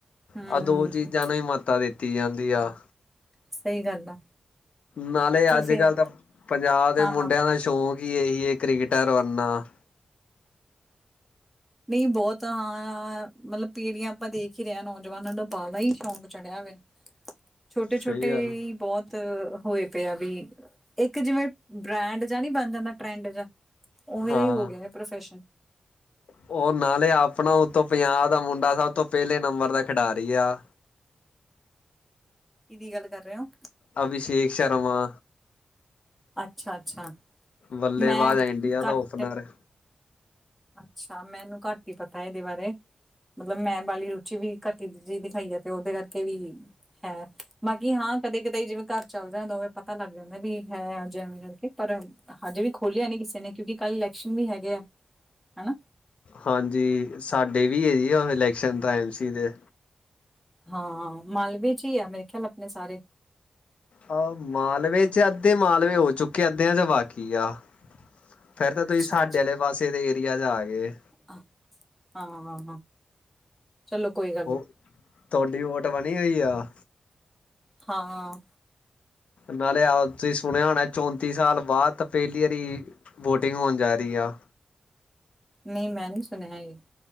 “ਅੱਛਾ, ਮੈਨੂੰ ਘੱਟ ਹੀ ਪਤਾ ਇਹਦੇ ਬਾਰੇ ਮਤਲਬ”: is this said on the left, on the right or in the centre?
Centre